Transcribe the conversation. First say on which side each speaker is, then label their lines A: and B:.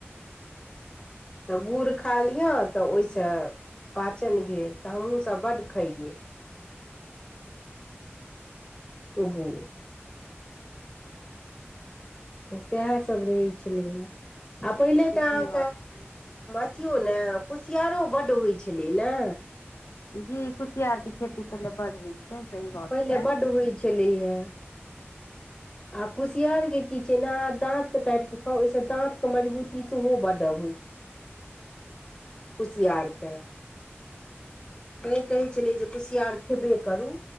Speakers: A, on the left (about 20°); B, on the left (about 80°).
A: तऽ गुड़ खा लिय तऽ ओहिसँ पाचन भेल तऽ हमहूँसभ बड्ड खइयै ओहो तऽ सएहसभ रहै छलैए आ
B: सही
A: पहिले तऽ अहाँके
B: बात छै
A: अथियो ने कुसियारो बड्ड होइत छलै ने
B: जी कुसियार के खेती पहिले बड होइ छै सही बात
A: पहिले
B: छै
A: बड्ड होइ छलै हे आ कुसियारके की छै ने अहाँ दाँतसँ काटि कऽ खाउ ओहिसँ दाँतके मजबूती सेहो बडत कुशियारके त कहै छलियै जे कुसियार खेबे करू